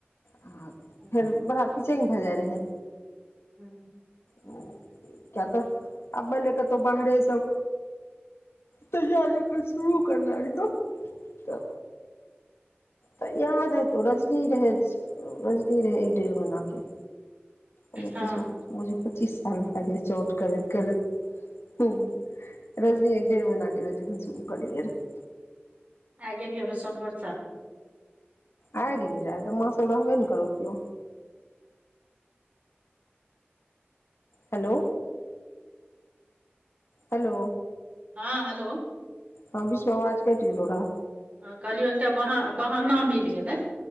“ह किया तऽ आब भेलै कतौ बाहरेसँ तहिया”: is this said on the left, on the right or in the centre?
Left